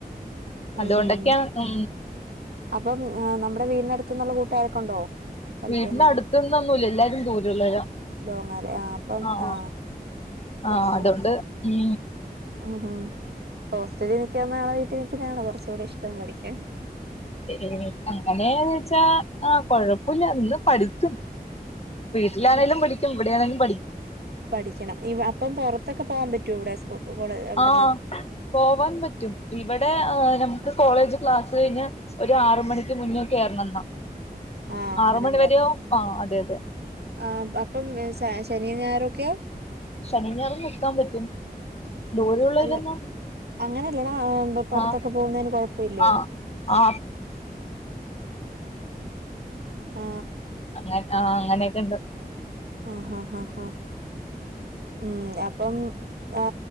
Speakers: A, on the right; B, on the left.
A: ഉം
B: അതുകൊണ്ടൊക്കെയ
A: ഉം
B: ഉ
A: അപ്പം നമ്മുടെ വീടിന്റെനടുത്ത നിന്നുള്ള കൂട്ടുകാരൊക്കെ ഉണ്ടോ പഠിക്കാനായിട്ട്
B: വീടിന്റെ അടുത്തന്നൊന്നുംല്ല എല്ലാരും ദൂരള്ളരാ
A: ലോങ്ങാലെ ആ അപ്പം
B: ആഹ
A: ആ അതാണത്
B: ആഹ അതുകണ്ട് ഉ
A: ഉം ഹ ഹോസ്റ്റലിൽ നിക്കുന്നാണോ വീട്ടിൽ നിക്കുന്നതാണോ കുറച്ച് കൂടി ഇഷ്ടം പഠിക്കാൻ
B: ഏ അങ്ങനെയന്ന് വെച്ചാ ആ കൊഴപ്പില്ല അന്ന് പഠിക്കും വീട്ടിലാണേങ്കിലും
A: ഇ
B: പഠിക്കും ഇവിടെയാണെങ്കിലും
A: പഠിക്കണം അപ്പം പുറത്തൊക്കെ പോവാൻ പറ്റൂ ഇവിടെ സ്കൂ കോളേ ഇവിടുന്ന്
B: ആഹ് പോവാൻ പറ്റും ഇവിടെ ആ കോളേജ് ക്ലാസ് കഴിഞ്ഞ ഒരു ആറ് മണിക്ക് മുന്നേ കയറണം എന്നാ
A: ആ അങ്ങനെ
B: ആറു മണി
A: കേറണം
B: വരെയോ ആ അതെ അതെ
A: ആ അപ്പം ശനിയും ഞായറോക്കെയോ
B: ശനിഞ്ഞാർ നിെക്കാൻ പറ്റും ദൂരെയള്ളവരെന്നാ
A: അല്ല അങ്ങനെയല്ലടാ ആ, ബ- പുറത്തൊക്കെ
B: ആ
A: പോകുന്നതിന് കുഴപ്പമില്ലേ
B: ആ ആ
A: ആ
B: അങ്ങ ആ അങ്ങനെയൊക്കെ ഉണ്ട്
A: ആ ഹഹ ആ ഹഹ ഉം അപ്പം ആ്